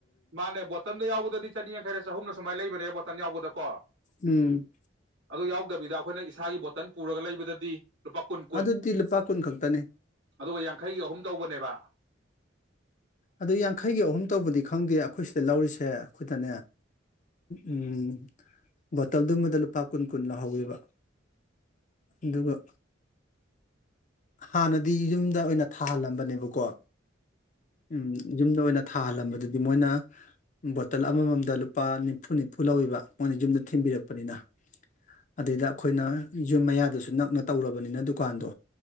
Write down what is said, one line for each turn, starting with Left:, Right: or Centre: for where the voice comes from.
Right: ꯃꯥꯅꯦ ꯕꯣꯇꯟꯗꯣ ꯌꯥꯎꯗꯗꯤ ꯆꯅꯤ ꯌꯥꯡꯈꯩꯔ ꯆꯍꯨꯝꯅ ꯑꯧꯃꯥꯏꯅ ꯂꯩꯕꯅꯦ ꯕꯣꯇꯟ ꯌꯥꯎꯕꯗꯀꯣ
Left: ꯎꯝ
Right: ꯑꯗꯨ ꯌꯥꯎꯗꯕꯤꯗ ꯑꯩꯈꯣꯏꯅ ꯏꯁꯥꯒꯤ ꯕꯣꯇꯟ ꯄꯨꯔꯒ ꯂꯩꯕꯗꯗꯤ ꯂꯨꯄꯥ ꯀꯨꯟ
Left: ꯑꯗꯨꯗꯤ
Right: ꯀꯨꯟ
Left: ꯂꯨꯄꯥ ꯀꯨꯟ ꯈꯛꯇꯅꯦ
Right: ꯑꯗꯨꯒ ꯌꯥꯡꯈꯩꯒꯤ ꯑꯍꯨꯝ ꯇꯧꯕꯅꯦꯕ
Left: ꯑꯗꯨ ꯌꯥꯡꯈꯩꯒꯤ ꯑꯍꯨꯝ ꯇꯧꯕꯗꯤ ꯈꯪꯗꯦ ꯑꯩꯈꯣꯏ ꯁꯤꯗ ꯂꯧꯔꯤꯁꯦ ꯑꯈꯣꯏꯗꯅꯦ ꯎꯝ ꯕꯣꯇꯜꯗꯨꯃꯗ ꯂꯨꯄꯥ ꯀꯨꯟ ꯀꯨꯟ ꯂꯧꯍꯧꯋꯦꯕ ꯑꯗꯨꯒ ꯍꯥꯟꯅꯗꯤ ꯌꯨꯝꯗ ꯑꯣꯏꯅ ꯊꯥꯍꯜꯂꯝꯕꯅꯦꯕꯀꯣ ꯎꯝ ꯌꯨꯝꯗ ꯑꯣꯏꯅ ꯊꯥꯍꯜꯂꯝꯕꯗꯨꯗꯤ ꯃꯣꯏꯅ ꯕꯣꯇꯜ ꯑꯃꯃꯝꯗ ꯂꯨꯄꯥ ꯅꯤꯐꯨ ꯅꯤꯐꯨ ꯂꯧꯋꯕ ꯃꯣꯏꯅ ꯌꯨꯝꯗ ꯊꯤꯟꯕꯤꯔꯛꯄꯅꯤꯅ ꯑꯗꯨꯗꯩꯗ ꯑꯩꯈꯣꯏꯅ ꯌꯨꯝ ꯃꯌꯥꯗꯁꯨ ꯅꯛꯅ ꯇꯧꯔꯕꯅꯤꯅ ꯗꯨꯀꯥꯟꯗꯣ